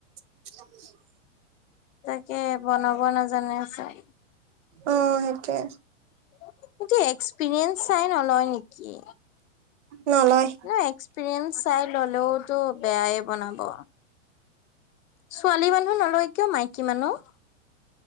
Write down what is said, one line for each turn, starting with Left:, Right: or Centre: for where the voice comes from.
Right: <unintelligible>
Left: তাকে বনাব নাজানে চাই।
Right: উম, সেটোৱে।
Left: সিহঁতে এক্সপৰিয়েঞ্চ চাই নলয় নিকি,
Right: নলয়
Left: ন'এক্স পিৰিয়েঞ্চ চাই ল'লেওঁতো বেয়াই বনাব। ছোৱালী মানুহ নলয় কিয়, মাইকী মানুহ।